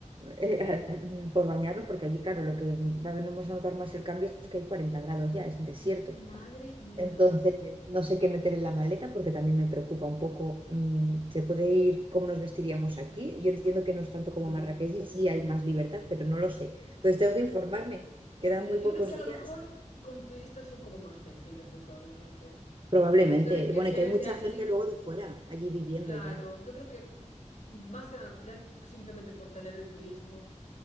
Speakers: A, on the right; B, on the left.
A: eh, <laughs> por bañarnos, porque allí, claro, lo que va- vamos a notar más el cambio es que hay 40 grados ya, es desierto.
B: Madre mía.
A: Entonces, no sé qué meter en la maleta porque también me preocupa un poco. mm, ¿se puede ir cómo nos vestiríamos aquí? Yo entiendo que no es tanto
B: Sí,
A: como Marrakech, y sí hay más libertad, pero no lo sé. Entonces, tengo que informarme.
B: sí.
A: Quedan muy
B: Yo
A: pocos
B: creo que a lo
A: días
B: mejor con turistas son como más flexibles, muy probablemente.
A: Probablemente.
B: De Eso de que
A: Bueno,
B: si
A: y que
B: eres
A: hay mucha
B: de allí.
A: gente luego de fuera, allí viviendo
B: Claro,
A: ya.
B: yo creo que más que nada, ya simplemente por tener el turismo,